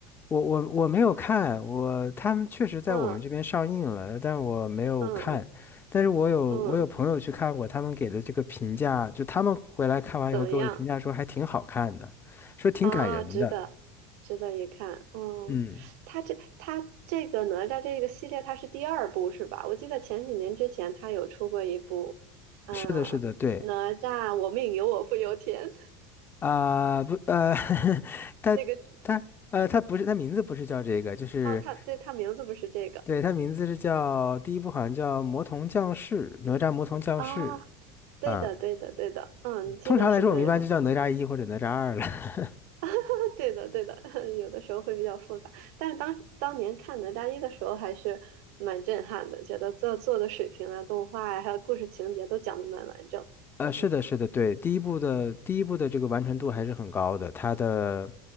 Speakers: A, on the left; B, on the right.
A: 我我我没有看，我他们确实在我们这边上映了，
B: 嗯
A: 但我没有看。
B: 嗯
A: 但是我有我有朋友去看过，
B: 嗯，
A: 他们给的这个评价，就他们回来看完以后给我的评价说还挺好看的，
B: 怎么样？
A: 说挺感人的。
B: 哦，值得，值得一看。哦，
A: 嗯，
B: 他这他这个哪吒这个系列，他是第二部是吧？我记得前几年之前他有出过一部，呃，
A: 是的，是的，对
B: 哪吒我命由我不由天
A: 啊，不呃，<laughs>
B: <laughs>，
A: 他他呃他不是他名字不是叫这个，
B: 那个
A: 就是
B: 哦，他对他名字不是这个
A: 对他名字是叫第一部好像叫《魔童降世》，哪吒魔童降世。
B: 啊，对的，
A: 嗯。
B: 对的，对的，嗯，你记得是对的。
A: 通常来说，我们一般就叫哪吒一或者哪吒二了。<laughs>
B: <laughs> 对的，对的，<laughs> 有的时候会比较复杂，但是当当年看哪吒一的时候还是蛮震撼的，觉得做做的水平啊、动画呀、还有故事情节都讲的蛮完整。
A: 呃，
B: 嗯
A: 是的，是的，对，第一部的第一部的这个完成度还是很高的，它的